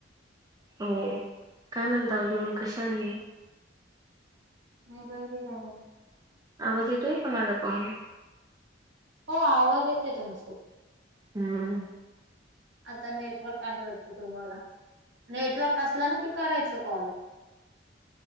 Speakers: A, on the right; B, on the right.
A: हो काय म्हणता तुम्ही कशा आहेत?
B: मी बरी आहे.
A: आवाज येतोय का माझा पाह ना?
B: हो आवाज येते तुमचा.
A: हम्म!
B: आता नेटवर्क आहे वाटत तुम्हाला. नेटवर्क असला ना की, करायच कॉल.